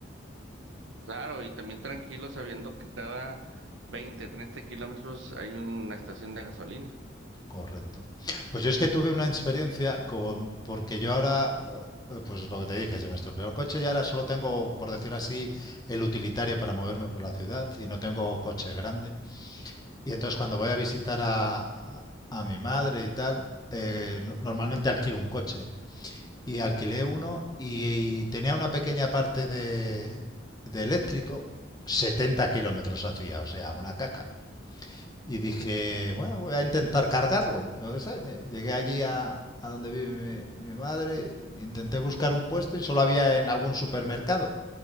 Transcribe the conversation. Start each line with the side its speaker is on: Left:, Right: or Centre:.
Right: Claro, y también tranquilo sabiendo que cada 20 30 kilómetros hay una estación de gasolina.
Left: Correcto. Pues yo es que tuve una experiencia con, porque yo ahora, eh, pues lo que te dije, se me estropeó el coche y ahora solo tengo, por decir así, el utilitario para moverme por la ciudad y no tengo coche grande. Y entonces cuando voy a visitar a, a mi madre y tal, eh, no- normalmente alquilo un coche. y alquilé uno y, y tenía una pequeña parte de, de eléctrico, 70 kilómetros hacía, o sea, una caca. Y dije, bueno, voy a intentar cargarlo. Yo qué sé, eh, llegué allí a, a donde vive mi, mi madre, intenté buscar un puesto y solo había en algún supermercado.